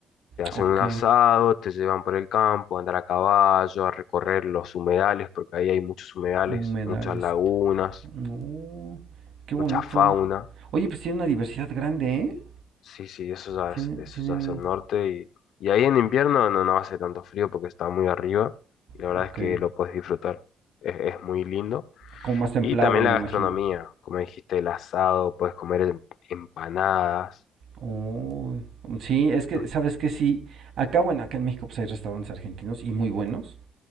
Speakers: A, on the left (about 70°); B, on the right (about 65°).
A: Te hacen
B: Ok.
A: un asado, te llevan por el campo, a andar a caballo, a recorrer los humedales, porque ahí hay muchos humedales,
B: Humedales.
A: muchas lagunas,
B: No, qué bonito.
A: mucha fauna.
B: Oye, pues tienen una diversidad grande, ¿eh?
A: Sí, sí, eso ya
B: Tienen,
A: es, eso
B: tienen...
A: ya es el norte. Y, y ahí en invierno no, no hace tanto frío porque está muy arriba y la
B: Ok.
A: verdad es que lo puedes disfrutar. Es, es muy lindo.
B: Como más templado,
A: Y también
B: me
A: la
B: imagino.
A: gastronomía, como dijiste, el asado, puedes comer em- empanadas,
B: Uy, sí, es que,
A: ¿no?
B: ¿sabes que Sí, acá, bueno, acá en México pues hay restaurantes argentinos y muy buenos,